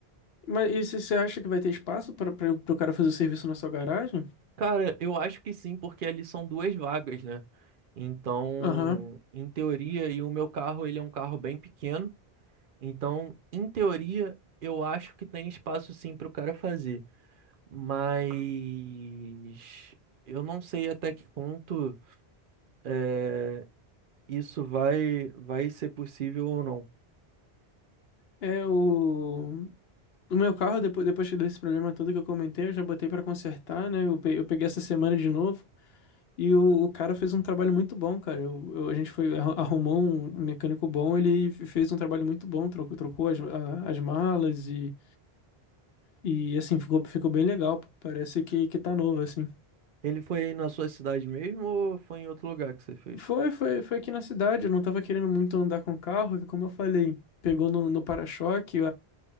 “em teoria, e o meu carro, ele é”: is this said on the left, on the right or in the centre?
Right